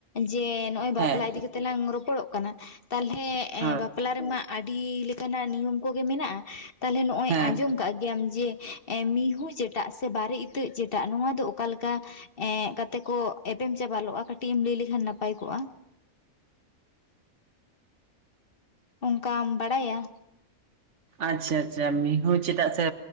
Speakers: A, on the left; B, on the right.
A: ᱡᱮ ᱱᱚᱜᱚᱭ
B: ᱦᱮᱸ
A: ᱵᱟᱯᱞᱟ ᱤᱫᱤ ᱠᱟᱛᱮ ᱞᱟᱝ ᱨᱚᱯᱚᱲᱚᱜ ᱠᱟᱱᱟ ᱠᱟᱱᱟ ᱛᱟᱞᱦᱮ
B: ᱦᱳᱭ
A: ᱵᱟᱯᱞᱟ ᱨᱮᱢᱟ ᱟᱹᱰᱤ ᱞᱮᱠᱟᱱᱟᱜ ᱱᱤᱭᱚᱢ ᱠᱚᱜᱮ ᱢᱮᱱᱟᱜᱼᱟ ᱛᱟᱞᱦᱮ ᱱᱚᱜ ᱚᱭ
B: ᱦᱮᱸ
A: ᱟᱸᱡᱚᱢ ᱠᱟᱜ ᱟᱢ ᱡᱮ ᱢᱤᱦᱩ ᱮᱴᱟᱜ ᱥᱮ ᱵᱟᱨᱮ ᱤᱛᱟᱹᱜ ᱡᱮᱴᱟᱜ ᱱᱚᱣᱟ ᱫᱚ ᱚᱠᱟᱞ ᱞᱮᱠᱟ ᱮᱸᱜ ᱠᱟᱛᱮ ᱠᱚ ᱮᱯᱮᱢ ᱪᱟᱯᱟᱞᱚᱜᱼᱟ ᱠᱟᱹᱴᱤᱡ ᱮᱢ ᱞᱟᱹᱭ ᱞᱮᱠᱷᱟᱱ ᱱᱟᱯᱟᱭ ᱠᱚᱜᱼᱟ ᱚᱱᱠᱟᱢ ᱵᱟᱲᱟᱭᱟ?
B: ᱟᱪᱪᱷᱟ ᱟᱪᱪᱷᱟ ᱢᱤᱦᱩ ᱪᱮᱫᱟᱜ ᱥᱮ